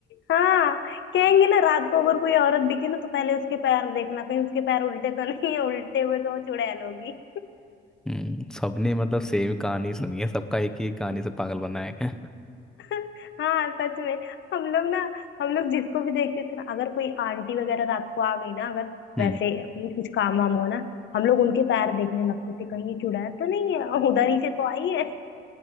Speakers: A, on the left (about 70°); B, in the centre.
A: हाँ कहेंगे ना रात को अगर कोई औरत दिखे ना तो पहले उसके पैर देखना कहीं उसके पैर उल्टे तो नहीं है उल्टे हुए तो वो चुड़ैल होगी
B: हम्म सबने मतलब सेम कहानी सुनी है सबका एक ही कहानी से पागल बनाया गया है।
A: <laughs> हाँ सच में हम लोग ना हम लोग जिसको भी देखते थे ना अगर कोई आंटी वगैरह रात को आ गई ना अगर
B: हम्म
A: वैसे कुछ काम वाम हुआ ना हम लोग उनके पैर देखने लगते थे कहीं ये चुड़ैल तो नहीं है उधर ही से तो आई है